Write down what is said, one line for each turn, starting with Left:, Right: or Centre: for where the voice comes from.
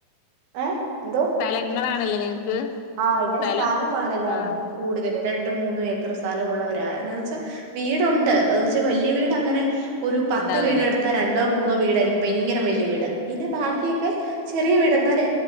Right: ഏഹ് എന്തോ
Left: സ്ഥലങ്ങളാണല്ലേ നിങ്ങക്ക്
Right: ആഹ് ഇവിടെ
Left: സ്ഥലം
Right: സ്ഥലവാണ എല്ലാർക്കും
Left: ആഹ്
Right: കൂടുതൽ രണ്ട് മൂന്ന് ഏക്കർ സ്ഥലമുള്ളവരാ. എന്നാന്ന് വെച്ചാൽ വീടുണ്ട് എന്ന് വെച്ചാ വലിയ വീട് അങ്ങനെ ഒരു പത്ത്
Left: ഉണ്ടാവില്ല
Right: വീട് എടുത്താ രണ്ട് രണ്ട് മൂന്നോ വീടയിരിക്കും ഭയങ്കര വലിയ വീട് പിന്നെ ബാക്കിയൊക്കെ ചെറിയ വീട് എന്നാല്